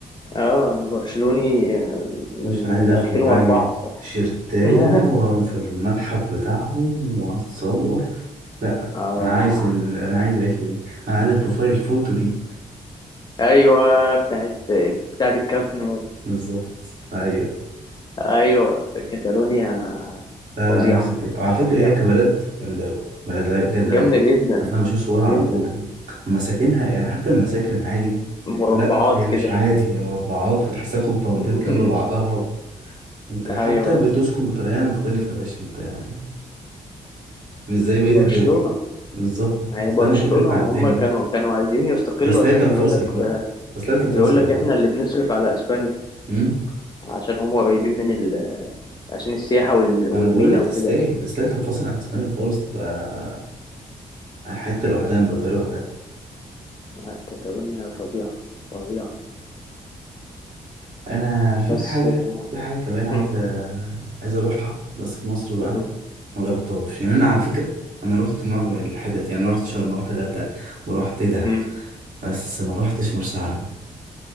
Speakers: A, on the left (about 30°); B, on the right (about 60°).
A: اه انا برشلوني آه، من
B: مش عايز
A: من
B: آخد
A: 2004
B: وراها
A: الصراحه
B: شيرتاية
A: <laughs>
B: وفي المتحف بتاعهم وأتصور لأ
A: اه
B: أنا عايز ال... أنا عايز العيشة دي أنا عايز البروفايل الفوتو دي
A: ايوه بتاعت بتاعت الكامب نو
B: بالظبط أيوه
A: ايوه كاتالونيا
B: لا
A: فظيعه
B: لا انا نفسي فيها وعلى فكره
A: فظيعه
B: هي كبلد جامده قوي بلد رايق- بجد
A: جامده
B: رايقه
A: جدا
B: اصل انا بشوف صورها
A: جدا
B: على طول ومساكنها يعني حتى المساكن العادي
A: مربعات
B: لا هي
A: كده
B: مش عادي هي مربعات وتحسها كومباوندات
A: <laughs>
B: جنب بعضها و... انت حتى
A: ايوه
B: بتسكن بطريقه مختلفه يا باشا انت مش زي بقيه
A: برشلونه
B: الدول بالظبط
A: هي
B: تحسها
A: برشلونه
B: مختلفه عن
A: ما
B: الدنيا
A: هم كانوا كانوا عايزين يستقلوا
B: تستاهل
A: عشان
B: تنفصل
A: بيقول لك
B: بقى تستاهل تنفصل
A: بيقول لك
B: والله
A: احنا اللي بنصرف على اسبانيا
B: امم
A: عشان هم قريبين من ال... عشان السياحه وال...
B: ما
A: والمينا
B: انا بقول لك
A: وكده
B: تستاهل تستاهل تنفصل عن اسبانيا خالص تبقى حته لوحدها امبراطوريه لوحدها
A: آه، كاتالونيا فظيعه فظيعه
B: انا في
A: بس
B: حاجه
A: آه،
B: في حاجه كمان عايز
A: مم،
B: أ- عايز اروحها بس في مصر بقى
A: مم،
B: ما جربتهاش يعني انا على فكره انا رحت معظم الحتت يعني رحت شرم رحت غردقه ورحت دهب
A: مم.
B: بس ما رحتش مرسى علم